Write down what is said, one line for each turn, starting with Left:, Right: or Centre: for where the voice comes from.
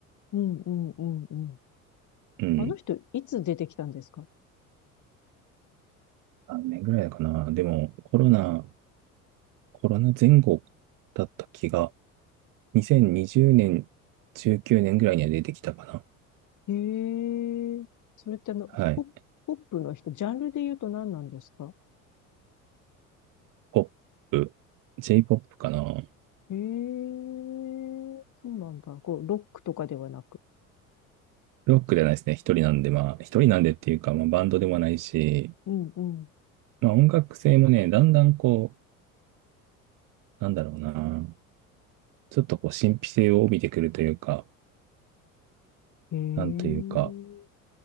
Left: うんうんうん。
Right: うん。
Left: あの人、いつ出てきたんですか
Right: 何年ぐらいかな。でもコロナ、コロナ前後だった気が、2020年、19年ぐらいには出てきたかな。
Left: へえ。それってあの、
Right: はい。
Left: ポ、ポップの人、ジャンルで言うと何なんですか
Right: ポップ、j ポップかな。
Left: ええーそうなんだ。こう、ロックとかではなく。
Right: ロックじゃないですね。一人なんで、まあ、一人なんでっていうか、まあ、バンドでもないし、
Left: うん、うん。
Right: まあ、音楽性もね、だんだんこう、なんだろうな、ちょっとこう、神秘性を帯びてくるというか、
Left: ええー
Right: なんというか、